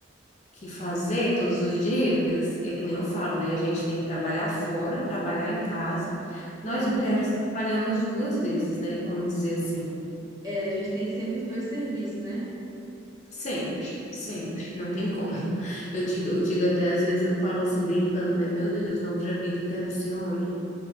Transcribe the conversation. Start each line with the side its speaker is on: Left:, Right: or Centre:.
Left: que fazer todos os dias. É que nem eu falo, né? A gente tem que trabalhar fora, trabalhar em casa. Nós
Right: uhum.
Left: mulheres trabalhamos duas vezes, né? Vamos dizer assim.
Right: É, a gente tem sempre os dois serviços, né?
Left: Sempre, sempre. Não tem como. <laughs> Eu digo, eu digo até às vezes, eu falo assim, brincando, né? Meu Deus, na outra vida eu quero ser homem.